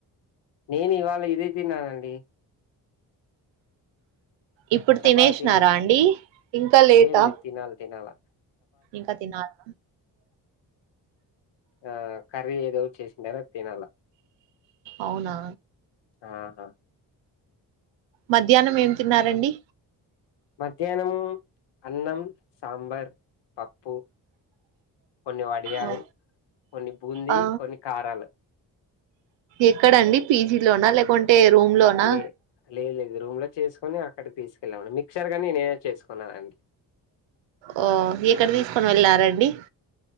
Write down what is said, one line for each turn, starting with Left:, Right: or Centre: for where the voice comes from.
Left: నేను ఇవాళ ఇదే తిన్నానండి
Right: ఇప్పుడు
Left: చపాతి
Right: తినేశినారా అండి ఇంకా లేటా
Left: లేదు లేదు తినాలి తినాలా
Right: ఇంకా తినాలి
Left: ఆ కర్రీ ఏదో చేసిందారో తినాల
Right: అవునా
Left: ఆహా
Right: మధ్యాహ్నం ఏం తిన్నారండి
Left: మధ్యాహ్నం అన్నం సాంబార్ పప్ ఉప్పు కొన్ని వడియాలు
Right: ఓ,
Left: కొన్ని బూందీ
Right: ఆ
Left: కొన్ని కారాలు
Right: ఎక్కడండి పీజి లోనా లేకుంటే రూమ్ లోనా
Left: లే లేదు లేదు రూమ్ లో చేసుకోని అక్కడ తీసుకెళ్ళామండి మిక్చర్ కాని నేనే చేసుకున్నానండి.
Right: ఓ ఎక్కడ తీసుకొని వెళ్ళారండి